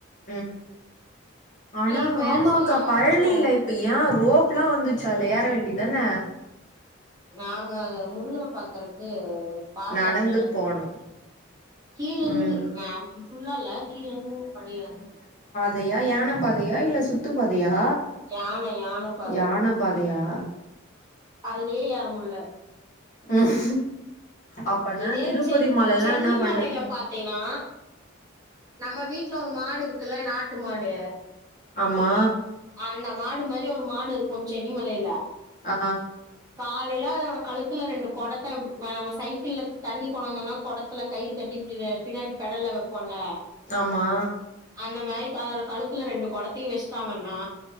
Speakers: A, on the left; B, on the right.
A: ம் ஆனா
B: இப்ப
A: ஆமாக்கா
B: யாரு சொன்னா
A: பழனில
B: மூச்சு வாங்கு
A: இப்ப ஏன் ரோப்லா வந்துருச்சு அதுல ஏற வேண்டிதான
B: நாங்க அத முருகர பாக்கறது பாத
A: நடந்து
B: யாத்திரையிலதா
A: போணு
B: கீழ இருந்து
A: ம்
B: ம ஃபுல்லா இல்ல கீழ இருந்தும் படி ஏறனும்
A: தயா யான பாதையா இல்ல சுத்து பாதையா
B: யான யான பாத
A: யான பாதையா
B: அதுலயே ஏறமுல்ல
A: ம் அப்பனா
B: இதே
A: திருப்பதி
B: சென்
A: மலல்லா
B: சென்னி
A: என்ன பண்றது
B: மலைல பாத்தீன்னா நம்ம வீட்டு வீட்ல ஒரு மாடு இருக்குல்ல நாட்டு மாடு
A: ஆமா
B: அந்த மாடு மாரி ஒரு மாடு இருக்கும் சென்னிமலையில
A: ஆ
B: காலையில அதோட கழுத்துல ரெண்டு கொடத்த ம நம்ம சை சைக்கிள தண்ணி கொனந்தோனா கொடத்துல கயிறு கட்டி இப்டி பின்னாடி பெடல்ல வெப்போல
A: ஆமா
B: அந்த மாரி அதோட கழுத்துல ரெண்டு கொடத்தையு வெஷ்டாங்கன்னா